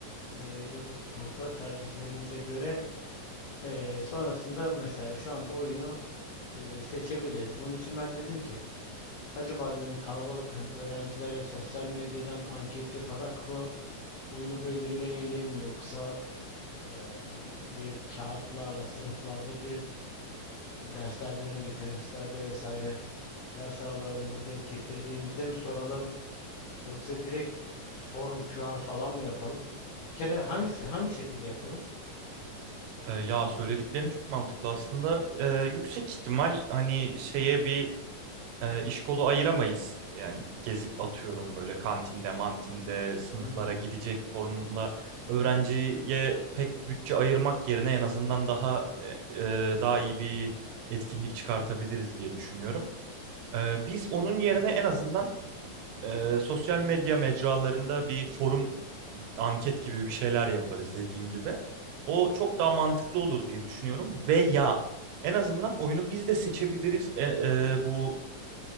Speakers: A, on the left; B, on the right.
A: e, yapıp burada tercihlerimize göre e, sonrasında mesela şu anda oyunu e, seçebiliriz. Bunun için ben dedim ki acaba dedim kalabalık hani öğrencilere sosyal medyadan anket yaparak mı oyunu belirleyelim yoksa e, hani direkt kağıtlarla sınıflarda girip e, derslerden önce teneffüslerde vesaire ders aralarında denk getirdiğimizde mi soralım? Yoksa direkt form QR falan mı yapalım? Bir kere hangisi hangi şekilde yapalım?
B: E, ya söylediklerin çok mantıklı aslında. E, yüksek ihtimal hani şeye bir e, iş kolu ayıramayız. Yani gezip atıyorum böyle kantinde, mantinde, sınıflara
A: Hı hı.
B: gidecek formla öğrenciye pek bütçe ayırmak yerine en azından daha e, e, daha iyi bir etkinlik çıkartabiliriz diye düşünüyorum. E, biz onun yerine en azından e, sosyal medya mecralarında bir forum anket gibi bir şeyler yaparız dediğin gibi. O çok daha mantıklı olur diye düşünüyorum. Veya en azından oyunu biz de seçebiliriz. E, e, bu